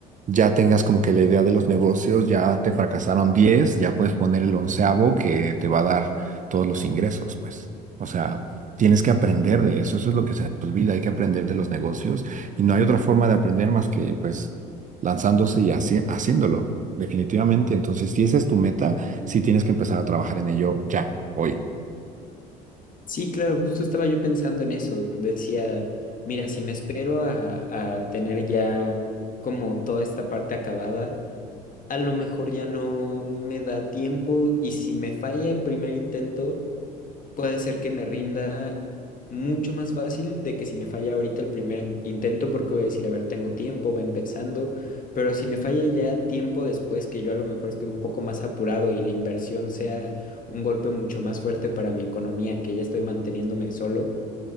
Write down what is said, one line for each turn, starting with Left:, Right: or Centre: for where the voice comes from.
Right: ya tengas como que la idea de los negocios, ya te fracasaron diez ya puedes poner el onceavo que te va a dar todos los ingresos, pues. O sea, tienes que aprender de eso, eso es lo que se nos olvida, hay que aprender de los negocios y no hay otra forma de aprender más que pues lanzándose y haci- haciéndolo, definitivamente. Entonces, si esa es tu meta, sí tienes que empezar a trabajar en ello ya, hoy.
Left: sí, claro, justo estaba yo pensando en eso. Decía, mira, si me espero a, a tener ya como toda esta parte acabada a lo mejor ya no me da tiempo y si me falla el primer intento, puede ser que me rinda mucho más fácil de que si me falla ahorita el primer in- intento, porque voy a decir, a ver, tengo tiempo, va empezando, pero si me falla ya tiempo después, que yo a lo mejor esté un poco más apurado y la inversión sea un golpe mucho más fuerte para mi economía, que ya estoy manteniéndome solo